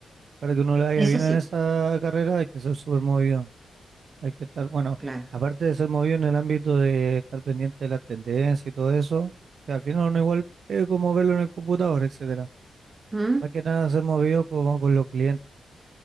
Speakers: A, on the right (about 65°); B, on the right (about 30°).
A: Para que uno le vaya
B: Eso
A: bien
B: sí,
A: en esa
B: po,
A: carrera hay que ser súper movido. Hay que estar, bueno,
B: claro.
A: aparte de ser movido en el ámbito de estar pendiente de las tendencias y todo eso, que al final uno igual es como verlo en el computador, etcétera.
B: ¿Mm?
A: Más que nada ser movido como con los clientes,